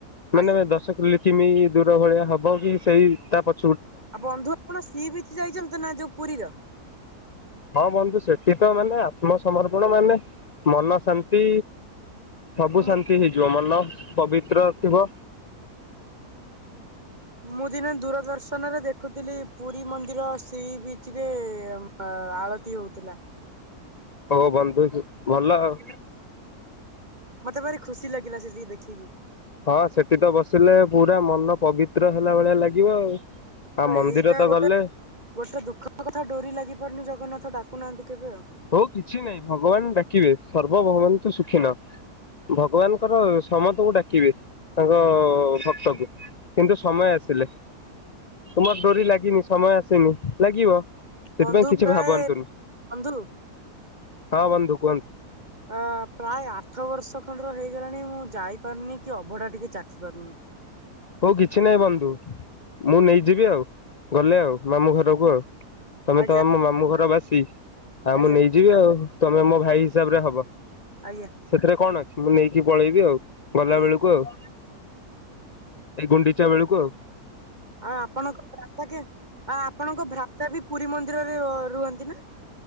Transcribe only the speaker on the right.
ଆଜ୍ଞା
ଆ ବନ୍ଧୁ ଆପଣ ସିଇ ବିଚି ଯାଇଚନ୍ତି ନା ଯୋଉ ପୁରୀର?
ମୁଁ
ମୁଁ ଦିନେ ଦୂରଦର୍ଶନରେ ଦେଖୁଥିଲି ପୁରୀ ମନ୍ଦିର ଶ୍ରୀ ବିଚ ରେ ଅ ଆଳତି ହଉଥିଲା।
ମତେ ଭାରି ଖୁସି ଲାଗିଲା ସେ ଯି ଦେଖିକି।
ଏଇଟା
ଗୋଟେ
ଗୋଟେ ଦୁଃଖ କଥା ଡୋରି ଲାଗି ପାରୁନି ଜଗନ୍ନାଥ ଡାକୁନାହାନ୍ତି କେବେ ଆଉ।
ବନ୍ଧୁ
ପ୍ରାୟ
ବନ୍ଧୁ
ଅ ପ୍ରାୟ ଆଠ ବର୍ଷ ଖଣ୍ଡର ହେଇଗଲାଣି ମୁଁ ଯାଇପାରୁନି କି ଅଭଢା ଟିକେ ଚାଖି ପାରୁନି।
ଆଜ୍ଞା
ଆଜ୍ଞା
ଆଜ୍ଞା।
ଆଜ୍ଞା
ଆଉ ଆପଣଙ୍କ ଭ୍ରାତା କେନ ଆଉ ଆପଣଙ୍କ ଭ୍ରାତା ବି ପୁରୀ ମନ୍ଦିରରେ ରୁଅ ରୁହନ୍ତି ନା।